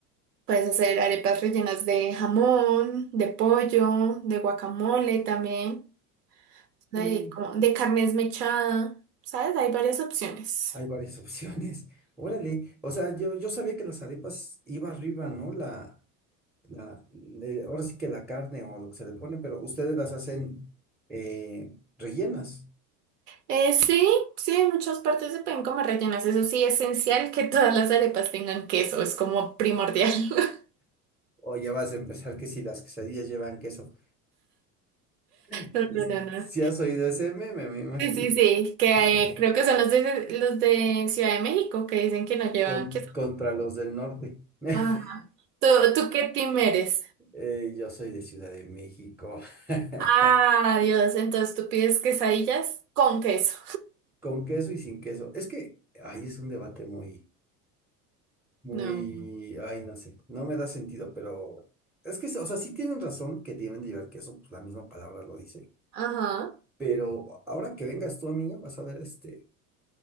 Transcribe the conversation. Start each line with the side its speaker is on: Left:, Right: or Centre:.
Right: puedes hacer arepas rellenas de jamón, de pollo, de guacamole también, de,
Centre: Mm,
Right: como- de carne esmechada, ¿sabes? Hay varias opciones.
Centre: hay varias <laughs> opciones. Órale. O sea, yo, yo sabía que las arepas iba arriba, ¿no? La, la, eh, ahora sí que la carne o lo que se le pone, pero ustedes las hacen eh, rellenas.
Right: Eh, sí, sí, en muchas partes se pueden comer rellenas. Eso sí, esencial que todas las arepas tengan queso, es como primordial. <laughs>
Centre: O ya vas a empezar que si las quesadillas llevan queso. Es-
Right: No, no, no, no.
Centre: Si has oído ese meme, me imagino.
Right: Sí, sí, sí, que
Centre: <laughs>
Right: eh, creo que son los de, los de Ciudad de México que dicen que no llevan
Centre: Con,
Right: queso.
Centre: contra los del norte. <laughs>
Right: Ah. ¿Tú, tú qué team eres?
Centre: Eh, yo soy de Ciudad de México. <laughs>
Right: Ah, Dios, entonces tú pides quesadillas con queso.
Centre: Con queso y sin queso. Es que ahí es un debate muy, muy,
Right: No.
Centre: ay, no sé, no me da sentido, pero es que, o sea, sí tienen razón que deben de llevar queso, pues la misma palabra lo dice.
Right: Ajá.
Centre: Pero ahora que vengas tú, amiga, vas a ver, este,